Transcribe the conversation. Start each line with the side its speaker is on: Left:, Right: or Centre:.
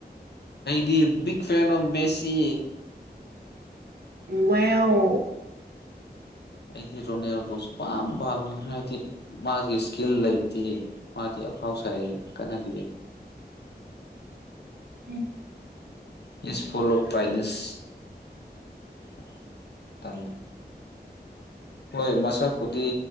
Left: the big fan of Messi
Right: ꯋꯥ ꯑꯣ
Left: ꯑꯩꯗꯤ ꯔꯣꯅꯦꯜꯗꯣꯁꯨ ꯄꯥꯝ ꯄꯥꯝꯃꯤ ꯍꯥꯏꯗꯤ ꯃꯥꯒꯤ ꯏꯁꯀꯤꯜ ꯂꯩꯇꯦ ꯃꯥꯗꯤ ꯑꯐꯥꯎ ꯁꯥꯏꯌꯦ ꯀꯅꯗꯦ
Right: ꯎꯝ
Left: ꯁ ꯏꯁꯄꯨꯜ ꯑꯣꯐ ꯭ꯔꯥꯏꯠꯅꯦꯁ ꯍꯣꯏ ꯃꯁꯛ ꯈꯨꯗꯤ